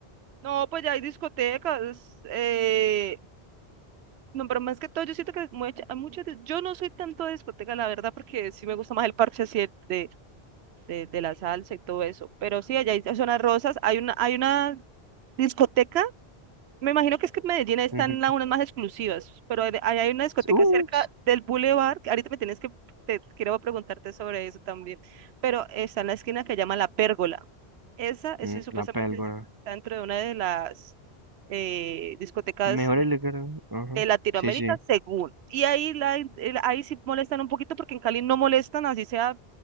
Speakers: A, on the right; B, on the right.
A: No, pues ya hay discotecas, eh, No, pero más que todo, yo siento que mucha- hay muchas, de- yo no soy tanto de discoteca, la verdad, porque sí me gusta más el parche así de, de, de- de la salsa y todo eso. Pero sí, allá hay zonas rosas, hay una, hay una discoteca, me imagino que es que en Medellín están
B: Ujú.
A: las unas más exclusivas, pero hay, hay hay una discoteca
B: Uh,
A: cerca del Boulevard, que ahorita me tienes que, te, quiero preguntarte sobre eso también, pero está en la esquina que llama La Pérgola. Esa, eso
B: mm,
A: supuestamente
B: la pélgora.
A: está dentro de una de las eh, discotecas
B: Mejor el de cara. Ajá.
A: de Latinoamérica
B: Sí, sí.
A: según. Y ahí, la, en- el- ahí sí molestan un poquito porque en Cali no molestan, así sea,